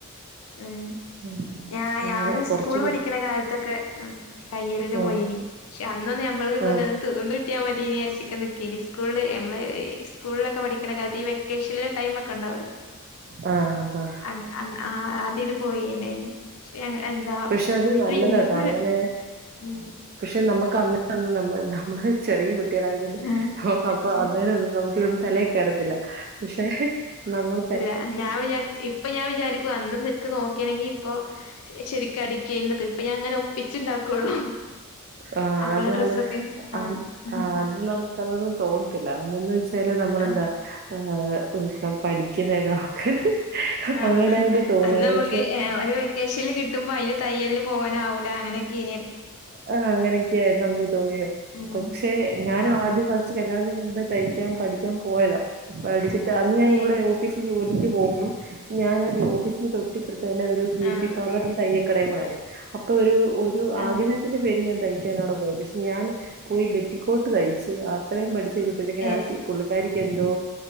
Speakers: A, on the left (about 70°); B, on the right (about 45°).
A: ഏഹ്
B: ഉം.
A: ഞാ
B: അങ്ങനെ
A: ഞാന്
B: കൊറച്ച്
A: സ്കൂള്
B: പഠിച്ചു
A: പഠിക്കണ കാലത്തൊക്കെ ഉം തയ്യലിന്ന്
B: ആഹ്
A: പോയിനി. പക്ഷെ അന്നൊന്ന് നമ്മ ഇപ്പ
B: ആഹ്
A: തൊന്ന് തീർന്ന് കിട്ടിയാൽ മതിയേനി വിചാരിച്ച് ങ്ങനെ നിക്കേനി സ്കൂള് നമ്മളെ. സ്കൂളിലൊക്കെ പഠിക്ക കാലത്ത് ഈ വെക്കേഷനിലെ ടൈമ് ഒക്കെ ഉണ്ടാവുലേ?
B: ആഹ് ആഹ്
A: അ അന്ന് ആഹ് ആതിത് പോയിലയ്. ഷേ എന്താ
B: പക്ഷെ അത്
A: വീട്ടില്
B: നല്ലതാട്ടോ
A: ഇൻക്
B: അങ്ങനെ
A: ഉം
B: പക്ഷെ നമ്മുക്ക് അന്നന്ന് നമ്മ നമ്മള് ചെറിയ കു ട്ടായത്ണ്ട്
A: ആ
B: അപ്പ
A: ചെ
B: അന്നേര ഒന്നും നമുക്ക് ഇതന്നും തലയക്കറത്തില്ല പക്ഷെ നമ്മ
A: ല്ല ഞാൻ വിചാരി ഇപ്പൊ ഞാൻ വിചാരിക്കു അന്നും ശരിക്കും നോക്കില്ലെങ്കി ഇപ്പൊ ശരിക്ക അടിക്കേനി ഇപ്പൊ ഞാൻ അങ്ങനെ ഒപ്പിച്ചു ഉണ്ടാക്കുള്ളൂ.
B: ആ
A: അമ്മളെ
B: അതാണ്
A: ഡ്രസ്സൊക്കെ
B: ആ
A: ആഹ് ആഹ്
B: അന്ന് നമുക്കതൊന്നും തോന്നല്ല അന്ന് വെച്ചാല് നമ്മളെന്താ.
A: ആ
B: <unintelligible>
A: ആഹ്
B: അങ്ങനായിട്ട് തോന്നും
A: അന്ന് നമുക്ക്
B: പക്ഷെ
A: ഒരു വെക്കേഷനി കിട്ട കിട്ടുമ്പോ അയിന് തയ്യലന് പോവാനാവൂല അങ്ങനെക്കെ ഇ
B: ആഹ് അങ്ങനെയൊക്കെയായിരുന്നു നമുക്ക് തോന്നുന്നത്
A: ഉം
B: പക്ഷെ ഞാനും
A: ആഹ്
B: ആദ്യ ഫാ കല്യാണത്തിന് മുമ്പേ തൈക്കാൻ പഠിക്കാൻ പോയതാ പഠിച്ചിട്ട് അന്ന് ഞാന
A: ഏഹ്
B: ഇവിടെ <unintelligible> ജോലിക്ക് പോകുമ്പോ ഞാൻ ആ ജ ഓഫീസിന് തൊട്ടിപ്പുറത്ത തന്നെ ഒരു ബ്യൂട്ടി
A: ആഹ്
B: പാർലറിൽ തയ്യൽ കാടെ കൂടെ അപ്പൊ ഒരു ഒരു
A: ആഹ്
B: ആഗ്രഹത്തിന്റെ പേര് ഞാൻ തയ് വിടെ പോയ പക്ഷെ ഞാൻ പോയി ബെറ്റിക്കോട്ട് തയ്ച്ച് അത്രേയും പഠിച്ചു കഴിഞ്ഞപ്പോഴത്തേക്ക
A: ഏഹ്
B: ആ ചെ പുള്ളിക്കാരിക്ക് എന്തോ